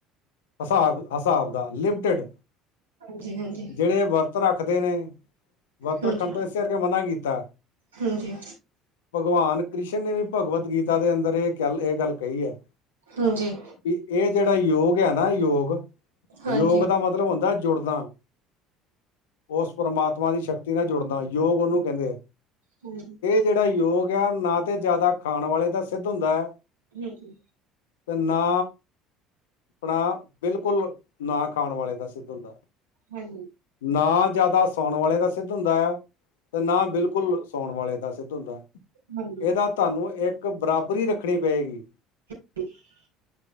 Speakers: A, on the left; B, on the right.
A: ਹਿਸਾਬ ਹਿਸਾਬ ਦਾ ਲਿਮਟਿਡ
B: ਹਾਂਜੀ ਹਾਂਜੀ ਹਾਂਜੀ
A: ਜਿਹੜੇ ਵਰਤ। ਵਰਤ ਰੱਖਦੇ ਨੇ ਵਰਤ
B: ਹਾਂਜੀ
A: ਰੱਖਣ ਤੋਂ ਇਸੇ ਕਰਕੇ ਮਨਾ ਕੀਤਾ।
B: ਹਾਂਜੀ
A: ਭਗਵਾਨ ਕ੍ਰਿਸ਼ਨ ਨੇ ਵੀ ਭਗਵਤ ਗੀਤਾ ਦੇ ਅੰਦਰ ਇਹ ਕ ਇਹ ਗੱਲ ਕਹੀ ਹੈ।
B: ਹਾਂਜੀ
A: ਵੀ ਇਹ ਜਿਹੜਾ ਯੋਗ ਐ ਨਾ ਯੋਗ,
B: ਹਾਂਜੀ ਹਾਂਜੀ
A: ਯੋਗ ਦਾ ਮਤਲਬ ਹੁੰਦਾ ਜੁੜਨਾ। ਉਸ ਪ੍ਰਮਾਤਮਾ ਦੀ ਸ਼ਕਤੀ ਨਾਲ ਜੁੜਨਾ ਯੋਗ ਉਹਨੂੰ ਕਹਿੰਦੇ ਐ।
B: ਹੂੰ,
A: ਜਿਹੜਾ ਯੋਗ ਐ ਨਾ ਤੇ ਜਿਆਦਾ ਖਾਣ ਵਾਲੇ ਦਾ ਸਿੱਧ ਹੁੰਦਾ ਐ।
B: ਹੂੰ-ਹੂੰ,
A: ਤੇ ਨਾ ਆਪਣਾ ਬਿਲਕੁਲ, ਨਾ ਖਾਣ ਵਾਲੇ ਦਾ ਸਿੱਧ ਹੁੰਦਾ।
B: ਹੂੰ,
A: ਨਾ ਜ਼ਿਆਦਾ ਸੌਣ ਵਾਲੇ ਦਾ ਸਿੱਧ ਹੁੰਦਾ ਆ ਤੇ ਨਾ ਬਿਲਕੁਲ ਸੌਣ ਵਾਲੇ ਦਾ ਸਿੱਧ ਹੁੰਦਾ,
B: ਹਾਂਜੀ ਹਾਂਜੀ
A: ਇਹਦਾ ਤੁਹਾਨੂੰ ਇੱਕ ਬਰਾਬਰੀ ਰੱਖਣੀ ਪਏਗੀ।
B: <inaudible>